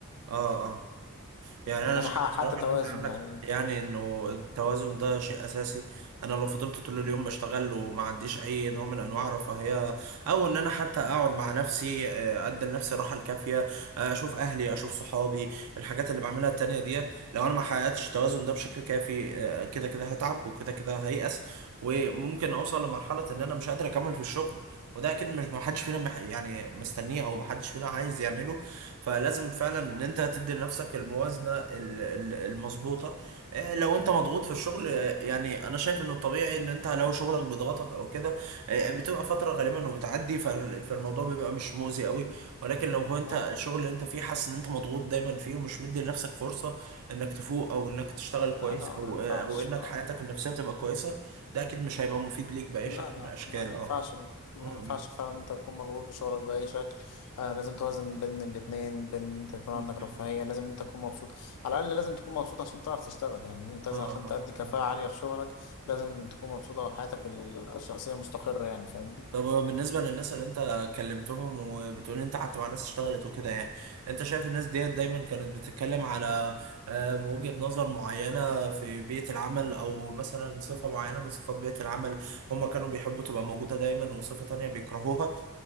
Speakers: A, on the right; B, on the left.
A: اه اه يعني انا
B: ان انا
A: شايف
B: احقق
A: بصراحه
B: حتى توازن
A: ان انت عندك
B: يعني
A: يعني انه التوازن ده شيء اساسي انا لو فضلت طول اليوم بشتغل وما عنديش اي نوع من انواع الرفاهيه او ان انا حتى اقعد مع نفسي آه، ادي لنفسي الراحه الكافيه آه، اشوف اهلي اشوف صحابي الحاجات اللي بعملها التانية ديت لو انا ما حققتش التوازن ده بشكل كافي آه، كده كده هتعب وكده كده هيأس وممكن اوصل لمرحله ان انا مش قادر اكمل في الشغل وده اكيد مش ما حدش فينا مح- يعني مستنيه او ما حدش فينا عايز يعمله فلازم فعلا ان انت تدي لنفسك الموازنه ال- ال- المظبوطه آه، لو انت مضغوط في الشغل آه، يعني انا شايف انه الطبيعي ان انت لو شغلك بيضغطك او كده آه، بتبقى فتره غالبا وبتعدي فال- فالموضوع بيبقى مش مؤذي قوي ولكن لو هو انت
B: اه
A: الشغل اللي انت فيه حاسس ان انت مضغوط دايما فيه ومش مدي لنفسك فرصه انك تفوق او انك تشتغل
B: لا
A: كويس
B: لا
A: او
B: ما ينفعش
A: آه، او انك
B: آه.
A: حياتك
B: آه.
A: النفسيه تبقى كويسه ده اكيد مش هيبقى مفيد ليك باي
B: لا
A: شكل
B: لا
A: من الاشكال
B: ما ينفعش
A: اه
B: ما
A: م- م-
B: ينفعش فعلا إن انت تكون مضغوط بشغلك بأي شكل آه لازم توازن بين الاتنين بين انت يكون
A: م-
B: عندك رفاهية
A: م.
B: لازم انت تكون مبسوط على الأقل لازم تكون مبسوط عشان تعرف تشتغل يعني انت لازم
A: اه
B: عشان تأدي كفاءة
A: اه
B: عالية في شغلك لازم تكون مبسوطة وحياتك ال- الشخصية مستقرة يعني فاهمني؟
A: طب بالنسبة للناس اللي انت كلمتهم وبتقول انت قعدت مع ناس اشتغلت وكده يعني انت شايف الناس ديت دايما كانت بتتكلم على آم، وجهة نظر معينة في بيئة العمل او مثلا صفة معينة من صفات بيئة العمل هم كانوا بيحبوا تبقى موجودة دايما وصفة تانية بيكرهوها